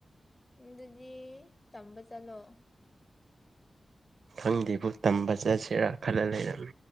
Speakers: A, on the left; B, on the right.
A: ꯑꯗꯨꯗꯤ ꯇꯝꯕ ꯆꯠꯂꯣ
B: ꯈꯪꯗꯦꯕꯨ ꯇꯝꯕ ꯆꯠꯁꯤꯔꯥ ꯈꯜꯂ ꯂꯩꯔꯝꯃꯤ